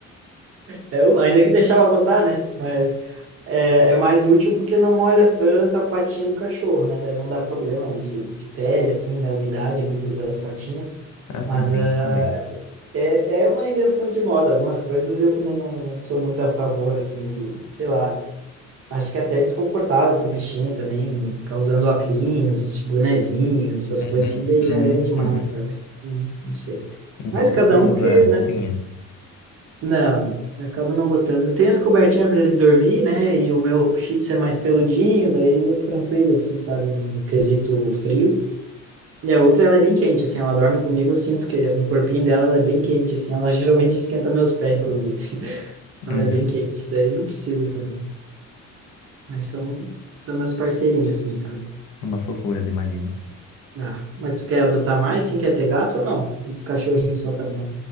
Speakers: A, on the right; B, on the left.
A: É, uma- ainda que deixava botar, né? Mas é, é mais útil porque não molha tanto a patinha do cachorro, né? Daí não dá problema de, de pele, assim, da umidade ali do- das patinhas.
B: É Assim,
A: Mas
B: tem
A: ah,
B: isso também.
A: é, é uma invenção de moda. Algumas coisas eu também não, não sou muito a favor, assim, de, sei lá. Acho que é até desconfortável pro bichinho também, ficar usando óculos, bonezinhos, essas
B: Uhum,
A: coisas assim, daí
B: uhum,
A: já é demais,
B: uhum.
A: sabe? Não, não sei.
B: Então,
A: Mas
B: vocês
A: cada
B: não
A: um
B: usam
A: que,
B: roupinha?
A: né? Não, não. Eu Acabo não botando. Tem as cobertinhas para eles dormir, né? E o meu Shih Tzu é mais peludinho, daí é tranquilo, assim, sabe? No quesito frio. E a outra, ela é bem quente, assim, ela dorme comigo, eu sinto que no corpinho dela ela é bem quente, assim, ela <laughs> geralmente esquenta meus pés, inclusive. Ela
B: Uhum.
A: é bem quente, daí não precisa também. Mas são, são meus parceirinhos, assim, sabe?
B: Umas fofuras, imagino.
A: Ah, mas tu quer adotar mais sim quer ter gato ou não? Os cachorrinhos só tá bom.